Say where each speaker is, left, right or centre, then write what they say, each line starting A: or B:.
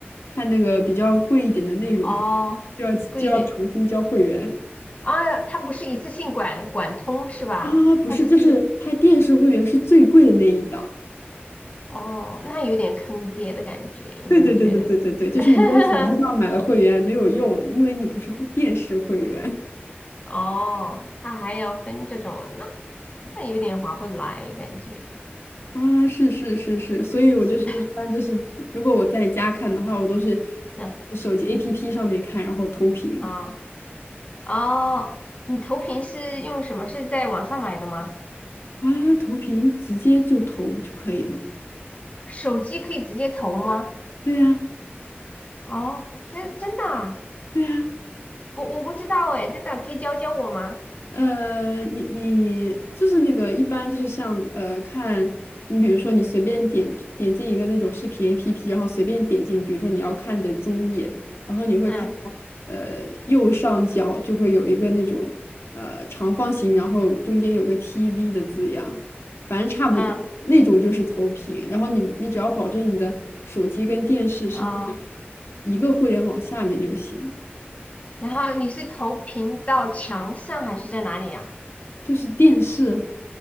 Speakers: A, on the left (about 80°); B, on the left (about 35°).
A: 看那个比较贵一点的内容，
B: 哦，
A: 就要就要重新交会员
B: 贵一点啊，它不是一次性管管通是吧？
A: 啊，不是，
B: 它只是
A: 就是它电视会员是最贵的那一档。
B: 哦，那有点坑爹的感觉，有没有觉得？
A: 对对对对对对对，就是你在手机上买了会员没有用，
B: <laughs>
A: 因为你不是会电视会员。<laughs>
B: 哦，它还要分这种了，那那有点划不来感觉
A: 啊，是是是是，所以我就是一般就是，
B: 是
A: 如果我在家看的话，我都是
B: <laughs> 那
A: 手机 APP 上面看，然后投屏
B: 啊。哦，你投屏是用什么？是在网上买的吗？
A: 啊，投屏直接就投就可以了。
B: 手机可以直接投吗？
A: 对呀，
B: 哦，真真的啊，
A: 对呀。
B: 我我不知道哎，真的可以教教我吗？
A: 呃，你你就是那个一般就是像呃看你比如说你随便点点进一个那种视频 APP，然后随便点进，比如说你要看的综艺，然后你会看到呃右上角就会有一个那种呃长方形，
B: 嗯
A: 然后中间有个 TV 的字样，反正差不多那种就是投屏，
B: 嗯
A: 然后你你只要保证你的手机跟电视是在
B: 哦，
A: 一个互联网下面就行，
B: 然后你是投屏到墙上还是在哪里呀、
A: 就是电视，